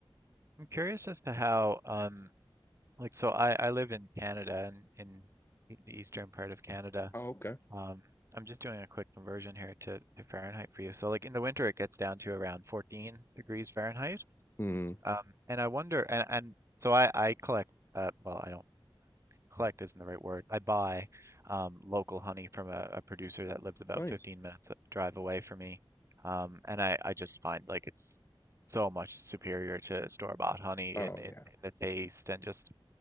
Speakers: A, on the right; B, on the left.
A: I'm curious as to how, um, like, so I, I live in Canada and in e- the eastern part of Canada.
B: Oh, okay.
A: Um, I'm just doing a quick conversion here to, to Fahrenheit for you. So, like, in the winter, it gets down to around 14 degrees Fahrenheit.
B: Mm,
A: Um, and I wonder, and, and so I, I collect, uh, well, I don't. collect isn't the right word. I buy um, local honey from a, a producer that lives about
B: nice.
A: 15 minutes uh, drive away from me. Um, and I, I just find like it's so much superior to store-bought honey
B: Oh
A: in, in,
B: yeah.
A: in the taste and just